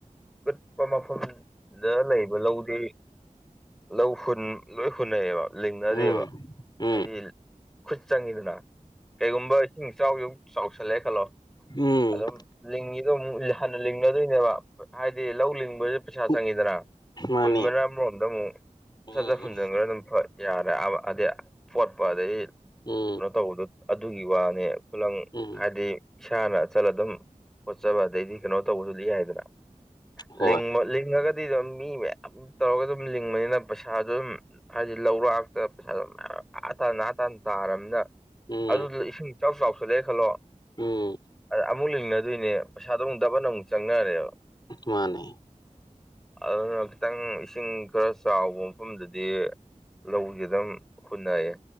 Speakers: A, in the centre; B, on the left.
A: ꯀꯨꯠꯄ ꯃꯐꯝꯗ ꯂꯩꯕ ꯂꯧꯗꯤ ꯂꯧ ꯍꯨꯟ ꯂꯣꯏ ꯍꯨꯟꯅꯩꯌꯦꯕ ꯂꯤꯡꯅꯗꯦꯕ
B: ꯎꯝ ꯎꯝ
A: ꯍꯥꯏꯗꯤ ꯈꯨꯠ ꯆꯪꯉꯤꯗꯅ ꯀꯩꯒꯨꯝꯕ ꯏꯁꯤꯡ ꯏꯆꯥꯎꯒꯤ ꯆꯥꯎꯁꯜꯂꯦ ꯈꯜꯂꯣ
B: ꯎꯝ
A: ꯑꯗꯨꯝ ꯂꯤꯡꯉꯤꯗꯣ ꯑꯃꯨꯛ ꯍꯟꯅ ꯂꯤꯡꯅꯗꯣꯏꯅꯦꯕ ꯍꯥꯏꯗꯤ ꯂꯧ ꯂꯤꯡꯕꯁꯨ ꯄꯩꯁꯥ
B: ꯎꯝ
A: ꯆꯪꯉꯤꯗꯅ
B: ꯃꯥꯅꯤ
A: ꯍꯨꯟꯕꯅ ꯑꯃꯔꯣꯝꯗ ꯑꯃꯨꯛ
B: ꯎꯝ
A: ꯁꯠꯆꯠ ꯍꯨꯟꯖꯟꯈ꯭ꯔ ꯑꯗꯨꯝ ꯌꯥꯔꯦ ꯑꯗꯩ ꯐꯣꯠꯄ ꯑꯗꯩ
B: ꯎꯝ
A: ꯀꯩꯅꯣ ꯇꯧꯕꯗꯣ ꯑꯗꯨꯒꯤ ꯋꯥꯅꯦ ꯈꯨꯂꯪ
B: ꯎꯝ
A: ꯍꯥꯏꯗꯤ ꯏꯁꯥꯅ ꯆꯠꯂ ꯑꯗꯨꯝ ꯈꯣꯠꯆꯕ ꯑꯗꯩꯗꯤ ꯀꯩꯅꯣ ꯇꯧꯕꯁꯨ ꯌꯥꯏꯗꯅ
B: ꯍꯣꯏ
A: ꯂꯤꯡꯕ ꯂꯤꯡꯉꯒꯗꯤ ꯑꯗꯨꯝ ꯃꯤ ꯃꯌꯥꯝ ꯇꯧꯔꯒ ꯑꯗꯨꯝ ꯂꯤꯡꯕꯅꯤꯅ ꯄꯩꯁꯥꯁꯨ ꯑꯗꯨꯝ ꯍꯥꯏꯗꯤ ꯂꯧꯔꯥꯛꯇ ꯄꯩꯁꯥꯗꯣ ꯃꯌꯥꯝ ꯑꯥ ꯇꯥꯟꯅꯥ ꯑꯥ ꯇꯥꯟ ꯇꯥꯔꯕꯅꯤꯅ
B: ꯎꯝ
A: ꯑꯗꯨ ꯏꯁꯤꯡ ꯏꯆꯥꯎ ꯆꯥꯎꯁꯠꯂꯦ ꯈꯜꯂꯣ
B: ꯎꯝ
A: ꯑ ꯑꯃꯨꯛ ꯂꯤꯡꯅꯗꯣꯏꯅꯦ ꯄꯩꯁꯥꯗꯣ ꯑꯃꯨꯛ ꯗꯕꯅ ꯑꯃꯨꯛ ꯆꯪꯅꯔꯦꯕ
B: ꯃꯥꯅꯦ
A: ꯑꯗꯨꯅ ꯈꯤꯇꯪ ꯏꯁꯤꯡ ꯈꯔ ꯆꯥꯎꯕ ꯃꯐꯝꯗꯗꯤ ꯂꯧꯁꯤ ꯑꯗꯨꯝ ꯍꯨꯟꯅꯩꯌꯦ